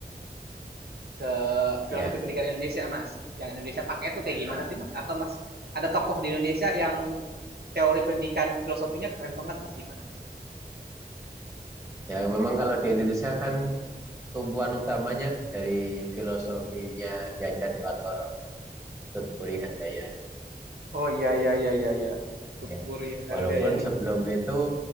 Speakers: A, on the right; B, on the right.
A: Ke
B: Yang
A: filosofi pendidikan Indonesia Mas, yang Indonesia pakai itu kayak
B: Aha.
A: gimana sih Mas? Atau Mas ada tokoh di Indonesia yang teori pendidikan filosofinya keren banget Mas gimana Mas?
B: yang memang kalau di Indonesia kan tumpuan utamanya dari filosofinya Ki Hajar Dewantara, Tut Muri Handayani.
A: Oh iya iya iya iya iya. Tut
B: Ya,
A: Wuri Handayani.
B: walaupun sebelum itu